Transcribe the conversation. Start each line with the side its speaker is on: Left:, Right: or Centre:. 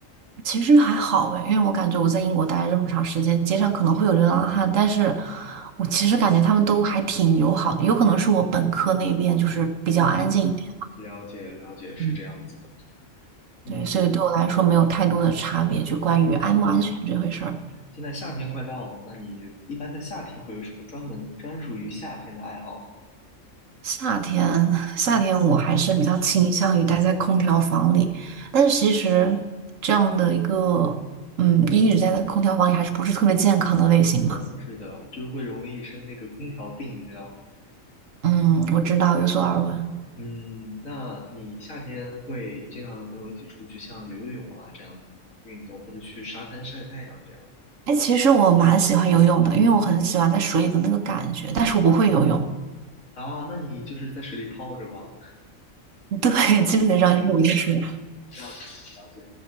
Right: 其实还好诶，因为我感觉我在英国待了这么长时间，街上可能会有流浪汉，但是我其实感觉他们都还挺友好的，有可能是我本科那边就是比较安静一点。
Left: 嗯，了解了解，是这样子的。
Right: 嗯
Left: 嗯，
Right: 对，所以对我来说没有太多的差别，就关于安不安全这回事儿。
Left: 是现在夏天快到了，那你一般在夏天会有什么专门专属于夏天的爱好
Right: 夏天，夏天我还是比较倾向于待在空调房里，
Left: 呢嗯，
Right: 但是其实这样的一个，嗯，一直待在空调房里还是不是特别健康的类型嘛。
Left: 是的，是的，就是会容易生那个空调病，你知道吗？
Right: 嗯，我知道，有所耳闻。
Left: 嗯，那你夏天会经常和朋友一起出去，像游游泳啊这样子吗运动，或者去沙滩晒太阳这样
Right: 哎，其实我蛮喜欢游泳的，因为我很喜欢在水里的那个感觉，但是我不会游泳。
Left: 啊？那你就是在水里泡着吗？
Right: <laughs> 对，基本上就是我就是，
Left: 这样子了解，